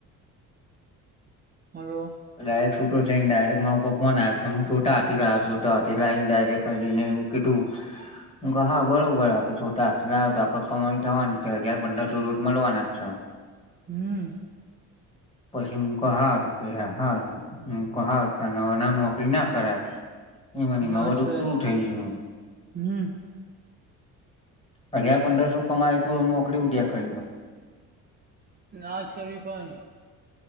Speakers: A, on the right; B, on the left.
A: હલબ
B: ડાયરેક્ટ છૂટો થઈને ડાયરેક્ટ મા ફોન આવ્યો કે હ છોટા હથી લાવ છોટા હા લાવને ડાયરેકને કીધું હા બરોબર આપડે છોટા હા લ તો આપડે કમાણી થવાની છે હજાર પંદરસો રોજ મળવાના છે
A: હમ
B: પશ્ચિમ ક હાાર કે હ હાર હાર ત નોકરી ના કરાય એ મને માં
A: નાચ
B: બધું
A: કરે
B: પૂરું થઇ ગયું
A: હમ
B: એમ હજાર પંદરસો કમાય તો એનું અકળ ઉડ્યા કર
A: નાજ કરવી પણ